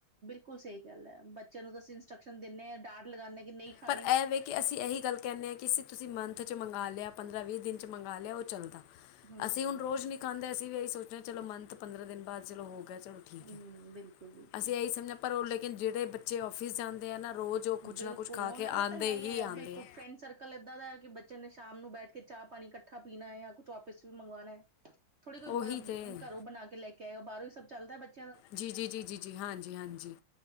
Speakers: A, on the right; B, on the left.
A: ਬਿਲਕੁਲ ਸਹੀ ਗੱਲ ਐ, ਬੱਚਿਆਂ ਨੂੰ ਤੁਸੀਂ ਇੰਸਟਰਕਸ਼ਨ ਦਿੰਦੇ ਆ ਡਾਂਟ ਲਗਾਦੇ ਕਿ ਨਹੀਂ ਖਾਣੀ
B: ਪਰ ਇਹ ਵੇ ਕਿ ਅਸੀਂ ਇਹੀ ਗੱਲ ਕਹਿਣਾ ਆ ਕਿ ਅਸੀਂ ਤੁਸੀਂ ਮੰਥ 'ਚ ਮੰਗਵਾ ਲਿਆ ਪੰਦਰਾਂ ਵੀਹ ਦਿਨ 'ਚ ਮੰਗਵਾ ਲਿਆ ਉਹ ਚੱਲਦਾ
A: ਹੂੰ,
B: ਅਸੀਂ ਹੁਣ ਰੋਜ਼ ਨੀ ਖਾਂਦੇ ਅਸੀ ਵੀ ਇਹੀ ਸੋਚਣਾ ਚਲੋ ਮੰਥ ਪੰਦਰਾਂ ਦਿਨ ਬਾਅਦ ਚਲੋ ਹੋ ਗਿਆ ਚਲੋ ਠੀਕ
A: ਹੂੰ
B: ਐ
A: ਬਿਲਕੁਲ-ਬਿਲਕੁਲ।
B: ਅਸੀਂ ਇਹੀ ਸਮਝਣਾ ਪਰ ਉਹ ਲੇਕਿਨ ਜਿਹੜੇ ਬੱਚੇ ਆਫਿਸ ਜਾਂਦੇ ਆ ਨਾ ਰੋਜ਼ ਉਹ ਕੁਛ
A: ਬਿਲਕੁਲ
B: ਨਾ ਕੁਛ ਖਾ
A: ਉਹਨਾਂ
B: ਕੇ ਆਉਂਦੇ
A: ਨੂੰ ਤਾਂ ਹੈ ਹੀ ਐ
B: ਆਉਂਦੇ
A: ਬਿਲਕੁਲ
B: ਆ
A: ਫਰੈਂਡ ਸਰਕਲ ਕਲ ਏਦਾਂ ਦਾ ਐ ਕਿ ਬੱਚਿਆਂ ਨੇ ਸ਼ਾਮ ਨੂੰ ਬੈਠ ਕੇ ਚਾਹ ਪਾਣੀ ਇਕੱਠਾ ਪੀਣਾ ਐ ਜਾਂ ਕੁਛ <unintelligible> ਵੀ ਮੰਗਵਾਣਾ। ਥੋੜੀ ਕੋਈ
B: ਉਹੀ
A: ਬ
B: ਤੇ
A: ਘਰੋਂ ਬਣਾ ਕੇ ਲੈ ਕੇ ਆਏਗਾ ਬਾਹਰੋਂ ਹੀ ਸਭ ਚੱਲਦਾ ਬੱਚੇ।
B: ਜੀ ਜੀ, ਜੀ ਜੀ, ਜੀ ਹਾਂਜੀ, ਹਾਂਜੀ